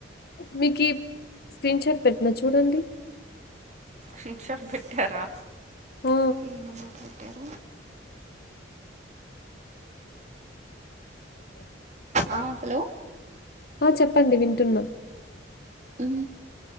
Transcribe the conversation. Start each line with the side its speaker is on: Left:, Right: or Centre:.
Left: మీకి స్క్రీన్ షాట్ పెట్టినా చూడండి
Right: షేక్ షాప్ పెట్టారా
Left: ఆ
Right: ఏ నెంబర్ కి పెట్టారు
Left: అ
Right: ఆ హలో
Left: ఆ చెప్పండి వింటున్నా
Right: ఉ